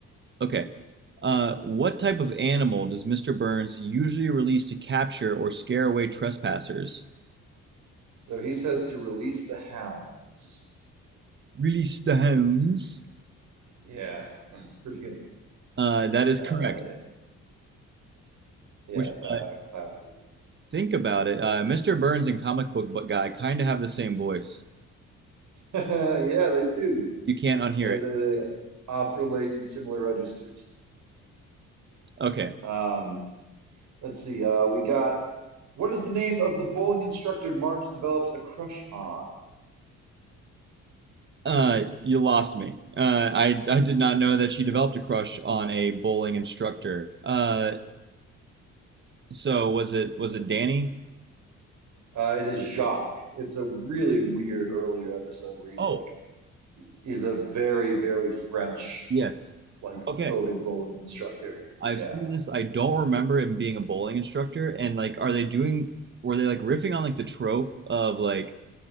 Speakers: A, on the right; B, on the right.
A: Okay. Uh, what type of animal does Mr. Burns usually release to capture or scare away trespassers?
B: So he says to release the hounds.
A: Release the hounds.
B: Yeah, <laughs> that's pretty good.
A: Uh, that is
B: Uh,
A: correct.
B: yeah, yeah,
A: Which,
B: that
A: uh,
B: classic. <laughs>
A: think about it, uh, Mr. Burns and comic book bu- guy kind of have the same voice.
B: Yeah, they do.
A: You can't unhear
B: They, they
A: it.
B: they operate in similar registers.
A: Okay.
B: Um, let's see. Uh, we got what is the name of the bowling instructor Marge develops a crush on?
A: Uh, you lost me. Uh, I I did not know that she developed a crush on a bowling instructor. Uh, so was it was it Danny?
B: Uh, it is Jacques. It's a really weird earlier episode where he's
A: Oh,
B: like, he's a very, very French.
A: yes.
B: like
A: Okay.
B: coded bowling instructor.
A: I've
B: Yeah.
A: seen this. I don't remember him being a bowling instructor. And like, are they doing? Were they like riffing on like the trope of like